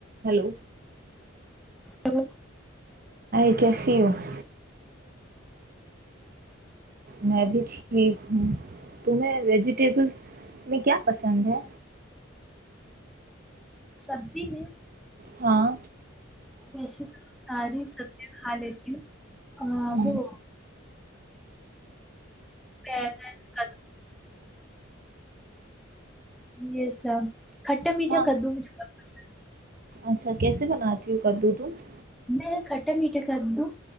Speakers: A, on the right (about 45°); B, in the centre.
A: hello
B: تو
A: <inaudible> کیسیو <unintelligible> میں بھی ٹھیک ہوں تمہیں ویجیٹیبلس میں کیا پسند ہے
B: سبزی میں
A: ہاں
B: ویسے تو ساری سبزیا کھا لیتی ہوں <inaudible>
A: ہ
B: پگ ک یہ سب کھٹا میٹا
A: ہاں
B: کدو مھا <inaudible>
A: اچھا کیسے بناتی ہوں کدو دودھ
B: میں کھٹا میٹھے کددو